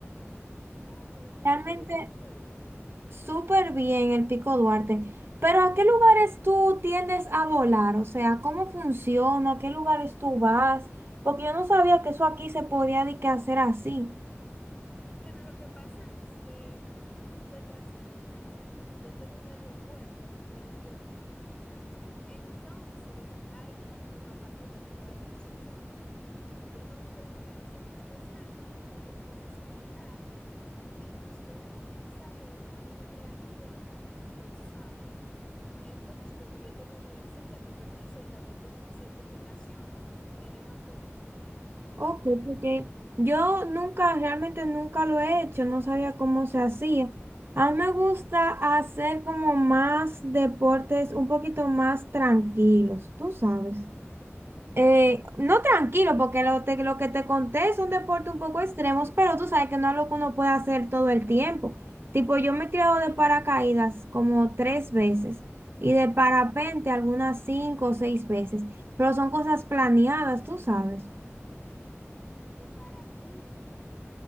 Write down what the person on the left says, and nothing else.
Oh, pero qué
chulo, yo nunca he ido.
bueno lo que pasa es que detrás de mi casa yo tengo un heliopuerto, un helipuerto. Entonces, ahí mi papá tiene dos helicópteros. Entonces, nosotros tenemos una licencia especial porque mi papá es militar y nos dejan utilizarlo de manera recreativa los sábados. Entonces, como yo tengo mi licencia, mi permiso y también tengo mi certificación, me dejan volar,
me dejan hacer
oh,
de parapente.